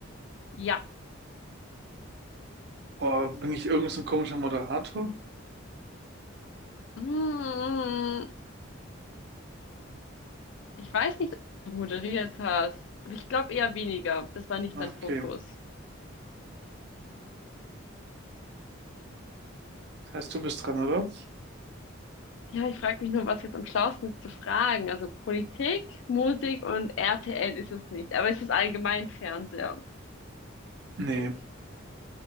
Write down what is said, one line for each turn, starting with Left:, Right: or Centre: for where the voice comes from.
Left: Ja.
Right: Oder bin ich irgend so ein komischer Moderator?
Left: Mm, ich weiß nicht, ob du moderiert hast, aber ich glaube eher weniger. Das war nicht
Right: Na,
Left: dein
Right: Okay.
Left: Fokus.
Right: Heißt, du bist dran, oder?
Left: Ja, ich frage mich nur, was jetzt am schlausten ist zu fragen. Also Politik, Musik und RTL ist es nicht, aber es ist allgemein Fernseher.
Right: Nee.